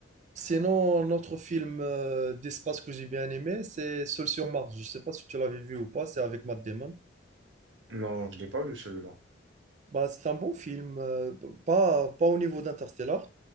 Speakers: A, on the right; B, on the right.
A: Sinon, un autre film euh, d'espace que j'ai bien aimé, c'est Seul sur Mars. Je ne sais pas si tu l'avais vu ou pas, c'est avec Matt Damon.
B: Non, je l'ai pas vu celui-là.
A: Bah, c'est un bon film, euh, p- pas, pas au niveau d'Interstellar,